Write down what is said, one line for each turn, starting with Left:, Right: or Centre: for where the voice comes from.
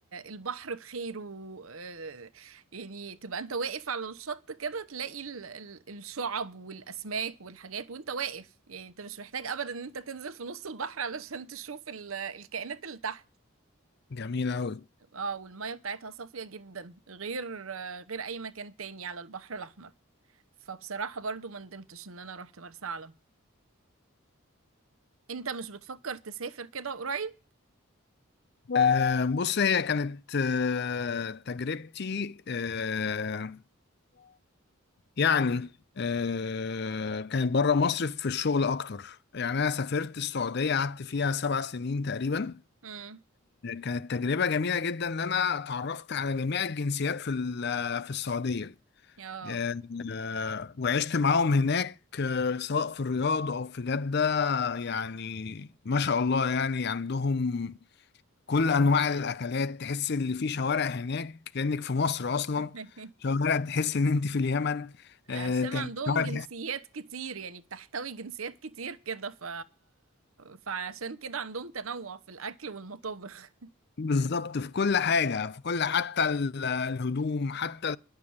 Right: البحر بخيره آه، يعني تبقى انت واقف على الشط كده تلاقي ال- ال- الشعب والاسماك والحاجات وانت واقف يعني انت مش محتاج ابدا ان انت تنزل في نص البحر علشان تشوف ال- الكائنات اللي تحت
Left: جميلة أوي
Right: اه والمية بتاعتها صافية جدا غير آه، غير اي مكان تاني على البحر الاحمر فبصراحة برضو ما ندمتش ان انا رحت مرسى علم انت مش بتفكر تسافر كده قريب؟
Left: آه بص هي كانت آه تجربتي آه يعني آه كانت بره مصر في الشغل اكتر يعني انا سافرت السعودية قعدت فيها سبع سنين تقريبا
Right: امم
Left: كانت تجربة جميلة جدا إن أنا اتعرفت على جميع الجنسيات في ال- في السعودية
Right: اه
Left: آه، آه، وعشت معاهم هناك آه، سواء في الرياض أو في جدة يعني ما شاء الله يعني عندهم كل أنواع الأكلات تحس إن في شوارع هناك كأنك في مصر أصلا
Right: <laughs>
Left: شوارع تحس إن أنت في اليمن
Right: عشان
Left: آه،
Right: عندهم
Left: شوارع
Right: جنسيات كتير يعني بتحتوي جنسيات كتير كده ف... فعشان كده عندهم تنوع في الأكل والمطابخ
Left: بالظبط في كل حاجة في كل حتى ال- الهدوم حتى